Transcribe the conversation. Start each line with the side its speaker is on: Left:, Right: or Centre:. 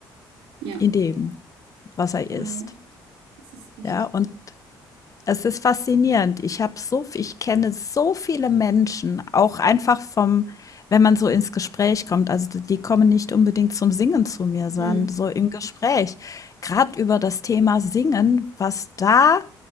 Right: Ja.
Left: in dem, was
Right: Total.
Left: er ist.
Right: Das ist echt.
Left: Ja, und Es ist faszinierend. Ich habe so v ich kenne so viele Menschen, auch einfach vom wenn man so ins Gespräch kommt. Also, d die kommen nicht unbedingt zum Singen zu mir, sondern
Right: Hm.
Left: so im Gespräch. Gerade über das Thema Singen, was da